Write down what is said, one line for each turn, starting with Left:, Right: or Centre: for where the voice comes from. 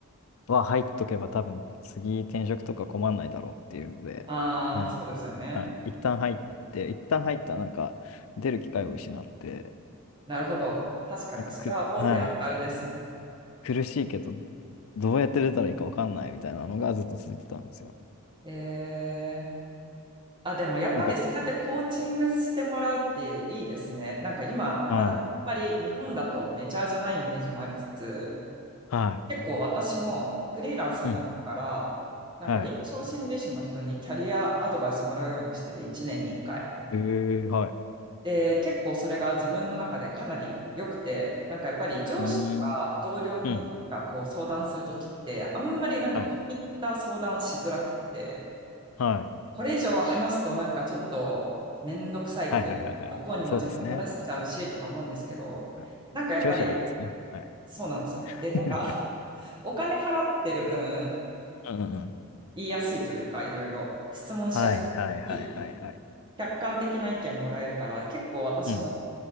Left: は入っとけば多分次転職とか困んないだろうっていうので、
Right: ああ、
Left: はい、
Right: そうですよね。
Left: 一旦、一旦入って、一旦入ったらなんか出る機会を失って、
Right: なるほど。確かに、
Left: なんかく、
Right: それは大手あるあるですね。
Left: はい、苦しいけど、どうやって出たらいいかわかんないみたいなのがずっと続いてたんですよ。
Right: えーあ、でもやっぱりそうやってコーチングしてもらうっていいですね。
Left: なんか、
Right: なんか今、
Left: はい、
Right: まだやっぱり日本だとメジャーじゃないイメージもありつつ、
Left: は
Right: 結構私もフリーランスになってから、
Left: い、うん、
Right: なんか臨床心理士の人にキャリアアドバイスもらうようにしてて、
Left: はい。
Right: 1年に1回。
Left: えー、はい。
Right: で、結構それが自分の中でかなり良くて、なんかやっぱり上司とか同僚になんかこう相談するときって、
Left: うーん、うん、
Right: あんまりなんか込み入った相談しづらくって、
Left: はい、はい、
Right: これ以上話すとなんかちょっとめんどくさいというか、
Left: はいはいはいはい。
Right: 向こうにも時間取らせちゃうしとか思うんですけど、
Left: そうですね。うん口をしちゃダメですね。
Right: なんかやっぱり
Left: はい。
Right: そうなんですよ。
Left: <laughs>
Right: で、なんかお金払ってる分、
Left: うんうんうん。
Right: 言いやすいというか、いろいろ質問しやすいし。
Left: はいはいはいはいはい。
Right: 客観的な意見もらえるから、結構私も
Left: うん。